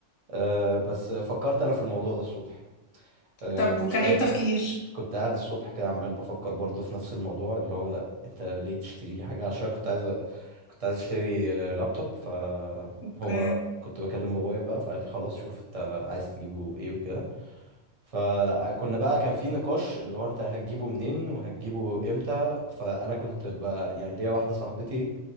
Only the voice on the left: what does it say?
طب وكان
إيه التفكير؟
أوكي